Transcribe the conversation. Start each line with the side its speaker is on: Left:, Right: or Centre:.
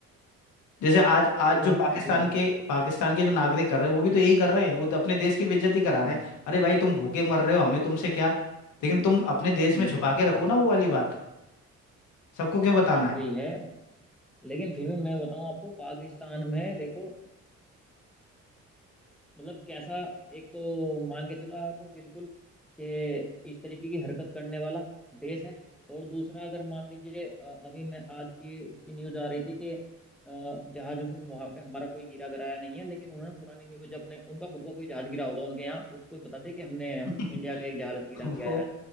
Left: जैसे आज आज
Centre: वही
Left: जो पाकिस्तान
Centre: चीज है
Left: के पाकिस्तान के जो नागरिक कर रहे हैं वो भी तो यही कर रहे हैं वो तो अपने देश की बेइज्जती करा
Centre: हम्म
Left: रहे हैं अरे भाई तुम भूखे मर रहे हो हमें तुमसे क्या लेकिन तुम अपने देश
Centre: हम्म
Left: में छुपा के रखो ना वो वाली बात सबको क्यों बताना
Centre: बात
Left: है
Centre: वही है लेकिन फिर भी मैं बताऊं आपको पाकिस्तान में देखो मतलब कैसा एक तो मान के चलो आप बिल्कुल कि इस तरीके की हरकत करने वाला देश है और दूसरा अगर मान लीजिए अ, अभी मैं आज की उसकी न्यूज आ रही थी कि अ, जहाज उसमें वहां पे हमारा कोई गिरा गिराया नहीं है लेकिन उन्होंने पुरानी न्यूज अपने उनका खुद का कोई जहाज गिरा होगा उनके यहाँ उसको बता दिया कि हमने इंडिया
Left: <laughs>
Centre: का एक जहाज गिरा
Left: वो
Centre: दिया है आज